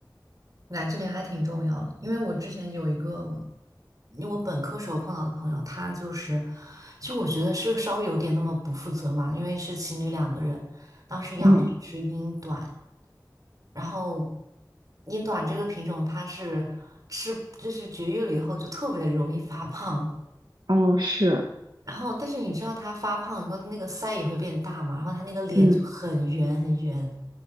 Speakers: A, on the right; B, on the right.
A: 那这点还挺重要的，因为我之前有一个，因为我本科时候碰到的朋友，他就是，其实我觉得是稍微有点那么不负责嘛，因为是情侣两个人，当时养了一只英短。
B: 嗯，
A: 然后英短这个品种它是吃，就是绝育了以后就特别容易发胖。
B: 哦是，
A: 然后，但是你知道它发胖以后，它那个腮也会变大嘛，然后它那个脸就很圆很圆，
B: 嗯，